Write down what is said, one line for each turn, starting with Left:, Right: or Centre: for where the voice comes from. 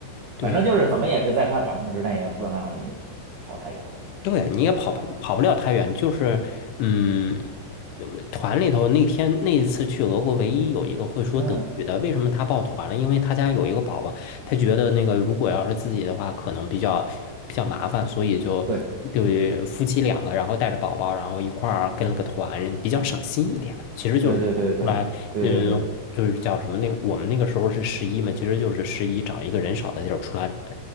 Left: 对。
Right: 反正就是怎么也是在他掌控之内，也不可能让你跑太远，
Left: 对，你也跑不跑不了太远，
Right: 对吧？
Left: 就是嗯，有团里头那天那一次去俄国，唯一有一个会说德语的，
Right: 嗯，
Left: 为什么他报团了？因为他家有一个宝宝，他觉得那个如果要是自己的话，可能比较比较麻烦，所以就对夫妻两个，
Right: 对
Left: 然后带着宝宝，然后一块儿跟了个团，比较省心一点。其实就是出来，
Right: 对对对对对对对。
Left: 嗯，就是叫什么那个，我们那个时候是十一嘛，其实就是十一找一个人少的地儿出来